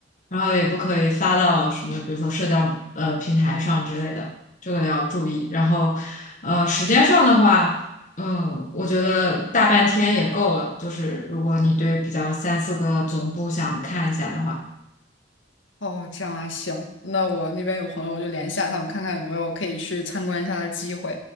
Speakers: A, on the left (about 45°); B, on the left (about 80°).
A: 然后也不可以发到什么，比如说社交呃平台上之类的，这个要注意。然后呃，时间上的话。嗯，我觉得大半天也够了。就是如果你对比较三四个总部想看一下的话，
B: 哦，这样啊，行，那我那边有朋友，我就联系一下他们，看看有没有可以去参观一下的机会。